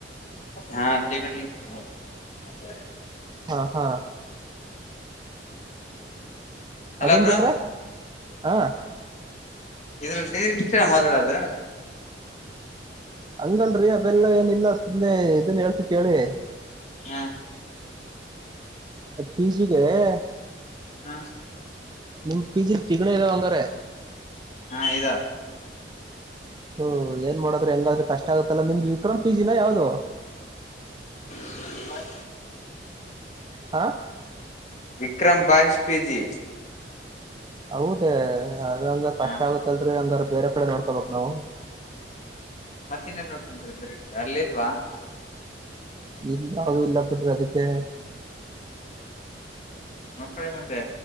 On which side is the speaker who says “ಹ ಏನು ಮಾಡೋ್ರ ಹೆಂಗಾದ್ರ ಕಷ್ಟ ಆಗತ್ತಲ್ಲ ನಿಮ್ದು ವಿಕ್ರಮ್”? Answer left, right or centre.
Right